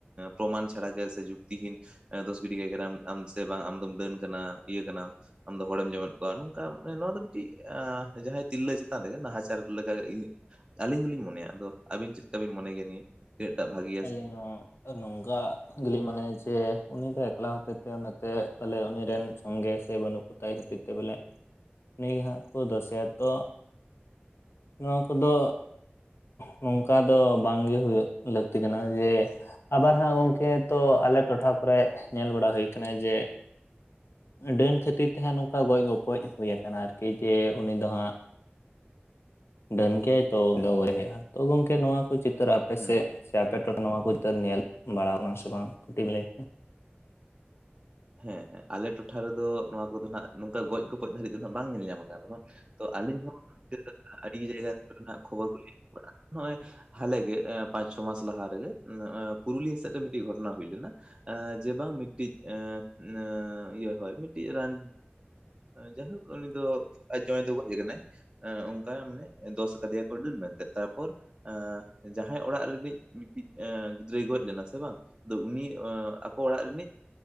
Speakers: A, on the right; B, on the left.
A: ᱯᱨᱚᱢᱟᱱ ᱪᱷᱟᱲᱟ ᱜᱮ ᱥᱮ ᱡᱩᱠᱛᱤᱦᱤᱱ ᱫᱚᱥ ᱜᱤᱰᱤ ᱠᱟᱭ ᱠᱟᱱᱟᱢ ᱾ ᱟᱢ ᱥᱮ ᱵᱟᱝ ᱟᱢᱫᱚᱢ ᱰᱟᱹᱱ ᱠᱟᱱᱟ ᱤᱭᱟᱹ ᱠᱟᱱᱟᱢ ᱟᱢᱫᱚ ᱦᱚᱲᱮᱢ ᱡᱚᱢᱮᱫ ᱠᱚᱣᱟ᱾ ᱱᱚᱝᱠᱟ ᱱᱚᱣᱟ ᱫᱚ ᱢᱤᱫᱴᱤᱡ ᱡᱟᱦᱟᱸᱭ ᱛᱤᱨᱞᱟᱹ ᱪᱮᱛᱟᱱ ᱨᱮᱜᱮ, ᱱᱟᱦᱟᱪᱟᱨ ᱞᱮᱠᱟᱜᱮ ᱤᱧᱟᱹᱜ ᱟᱹᱞᱤᱧ ᱫᱚᱞᱤᱧ ᱢᱚᱱᱮᱭᱟ ᱾ ᱟᱫᱚ ᱟᱹᱵᱤᱱ ᱪᱮᱫ ᱞᱮᱠᱟ ᱵᱤᱱ ᱢᱚᱱᱮ ᱜᱮᱭᱟ ᱱᱤᱭᱟᱹ ᱪᱮᱫ ᱥᱮᱴᱟᱜ ᱵᱷᱟᱜᱤ
B: ᱟᱞᱤᱧ ᱦᱳᱸ ᱱᱚᱝᱠᱟ ᱜᱮᱞᱤᱧ ᱢᱚᱱᱮᱭ-ᱟ᱾ ᱡᱮ ᱩᱱᱤ ᱫᱚ ᱮᱠᱞᱟ ᱦᱚᱛᱮᱡ ᱛᱮ, ᱚᱱᱟᱛᱮ ᱯᱟᱞᱮ ᱩᱱᱤ ᱨᱮᱱ ᱥᱚᱸᱜᱮ ᱥᱮ ᱵᱟᱹᱱᱩᱜ ᱠᱚ ᱛᱟᱭ ᱠᱷᱟᱹᱛᱤᱨ ᱛᱮ ᱵᱚᱞᱮ, ᱩᱱᱤ ᱜᱮ ᱦᱟᱸᱜ ᱠᱚ ᱫᱥᱮᱭᱟᱛᱚ᱾ ᱱᱚᱣᱟ ᱠᱚᱼᱫᱚ ᱱᱚᱝᱠᱟ ᱫᱚ, ᱵᱟᱝᱜᱮ ᱦᱩᱭᱩᱜ ᱞᱟᱹᱠᱛᱤ ᱛᱤᱠᱟᱱᱟ ᱡᱮ ᱟᱵᱟᱨ ᱦᱟᱸᱜ ᱜᱚᱝᱠᱮ, ᱛᱚ ᱟᱞᱮ ᱴᱚᱴᱷᱟ ᱠᱚᱨᱮ ᱧᱮᱞ ᱵᱟᱲᱟ ᱦᱩᱭ ᱠᱟᱱᱟ ᱾ᱡᱮ ᱰᱟᱹᱱ ᱠᱷᱟᱹᱛᱤᱨ ᱛᱮᱦᱟᱸᱜ ᱱᱚᱝᱠᱟ ᱜᱚᱡ ᱜᱚᱯᱚᱡ ᱦᱩᱭᱩᱠᱟᱱᱟ ᱾ ᱟᱨᱠᱤ ᱡᱮ ᱩᱱᱤ ᱫᱚ ᱦᱟᱸᱜ
A: <inaudible>
B: ᱰᱟᱹᱱ ᱜᱮᱭᱟᱭ ᱛᱚ
A: ᱦᱩᱸ
B: ᱫᱚ ᱜᱚᱭ ᱦᱩᱭᱩᱜᱼᱟ ᱛᱚ ᱜᱚᱝᱠᱮ ᱱᱚᱣᱟ ᱠᱚ ᱪᱤᱛᱟᱹᱨ ᱟᱯᱮ
A: ᱦᱩᱸ
B: ᱥᱮ ᱪᱮ ᱟᱯᱮ ᱴᱚᱴᱷᱟ ᱱᱚᱣᱟ ᱠᱚ ᱪᱤᱛᱟᱹᱨ ᱧᱮᱞ ᱵᱟᱲᱟ ᱟᱠᱟᱱᱟ ᱥᱮ ᱵᱟᱝ ᱠᱟᱹᱴᱤᱡ ᱵᱮ ᱞᱟᱹᱭ
A: ᱦᱮᱸ ᱦᱮᱸ ᱟᱞᱮ ᱴᱚᱴᱷᱟ ᱨᱮᱫᱚ ᱱᱚᱣᱟ ᱠᱚᱫᱚ ᱦᱟᱜ ᱱᱚᱝᱠᱟ ᱜᱚᱡ ᱜᱯᱚᱡ ᱫᱷᱟᱹᱨᱤᱡ ᱫᱚᱱᱟᱜ ᱵᱟᱝ ᱧᱮᱞ ᱧᱟᱢ ᱟᱠᱟᱱᱨᱮᱦᱚ ᱛᱚ ᱟᱹᱞᱤᱧ ᱦᱚᱸ <unintelligible> ᱟᱹᱰᱤ ᱡᱟᱭᱜᱟ ᱠᱚ ᱨᱮᱱᱟᱜ ᱠᱷᱚᱵᱚᱨ ᱠᱚᱞᱤᱧ <unintelligible> ᱱᱚᱜᱼᱚᱭ ᱦᱟᱞᱮᱜᱮ ᱯᱟᱸᱪ ᱪᱷᱚ ᱢᱟᱥ ᱞᱟᱦᱟ ᱨᱮᱜᱮ ᱯᱩᱨᱩᱞᱤᱭᱟᱹ ᱥᱮᱜ ᱨᱮ ᱢᱤᱫᱴᱮᱱ ᱜᱷᱚᱴᱚᱱᱟ ᱦᱩᱭ ᱞᱮᱱᱟ ᱾ ᱮ ᱡᱮ ᱵᱟᱝ ᱢᱤᱫᱴᱤᱡ ᱱᱮ ᱤᱭᱟᱹ ᱦᱳᱭ ᱢᱤᱫᱴᱤᱡ ᱨᱟᱱ ᱡᱟᱭᱦᱳᱠ ᱩᱱᱤ ᱫᱚ ᱟᱡ ᱡᱟᱶᱟᱭ ᱫᱚ ᱜᱚᱡ ᱟᱠᱟᱱᱟᱭ ᱚᱱᱠᱟ ᱢᱟᱱᱮ ᱫᱚᱥ ᱟᱠᱟᱫᱮᱭᱟ ᱠᱚ ᱰᱟᱹᱱ ᱢᱮᱱᱛᱮ ᱛᱟ ᱯᱚᱨ ᱮ ᱡᱟᱦᱟᱸᱭ ᱚᱲᱟᱜ ᱨᱤᱱᱤᱡ ᱢᱤᱫᱴᱤᱡ ᱜᱤᱫᱽᱨᱟᱹᱭ ᱜᱚᱡ ᱞᱮᱱᱟ ᱥᱮ ᱵᱟᱝ ᱟᱫᱚ ᱩᱱᱤ ᱟᱠᱚ ᱚᱲᱟᱜ ᱨᱤᱱᱤᱡ